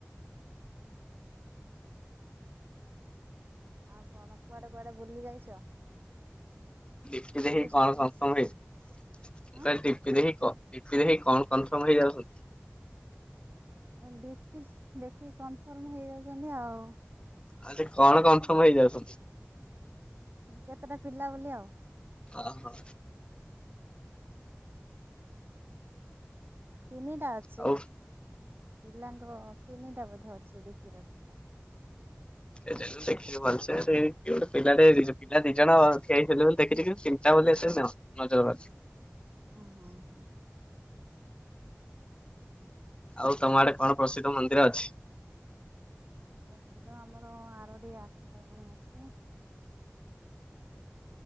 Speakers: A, on the right; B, on the left.
A: ଆଉ କଣ କୁଆଡେ କୁଆଡେ ବୁଲି ଯାଇଛ?
B: ପି ଦେଖ
A: ଟୁରିଷ୍ଟ
B: କଣ
A: ପ୍ଲେସ୍?
B: ସକ୍ଷମ ହେଇ
A: ହଁ
B: ତାଲେ ଡିପି ଦେଖି କହ <unintelligible> କଣ କନଫର୍ମ ହେଇଯାଉଛନ୍ତି?
A: ଡିପି ଦେଖିକି କନଫର୍ମ ହେଇଯାଉଛନ୍ତି ଆଉ।
B: ଆଜି କଣ କନଫର୍ମ ହେଇଯାଉଛନ୍ତି?
A: ଉଁ, କେତେଟା ପିଲା ବୋଲି ଆଉ।
B: ଓ ହୋ।
A: ତିନିଟା ଅଛି।
B: ଆଉ
A: ପିଲାଙ୍କର ତିନିଟା ବୋଧେ ଅଛି ଡିପିର ଫଟୋ।
B: ସେଟା ମୁଁ ଦେଖିନି ଭଲସେ ସେ କିଏ ଗୋଟେ ପିଲାଟେ ଦିଜ ପିଲା ଦି ଜଣ ଠିଆହେଇଥିଲେ ବୋଲି ଦେଖିଚି। କିନ୍ତୁ ତିନଟା <unintelligible> ନିଅ ନଜର ବାଛି
A: ଅଁ, ହଁ, ହୋ।
B: ଆଉ ତୋମ ଆଡେ କଣ ପ୍ରସିଦ୍ଧ ମନ୍ଦିର ଅଛି?
A: ପ୍ରସିଦ୍ଧ ଆମର ଆରଡି ଆଖଣ୍ଡଳମଣି ଅଛି।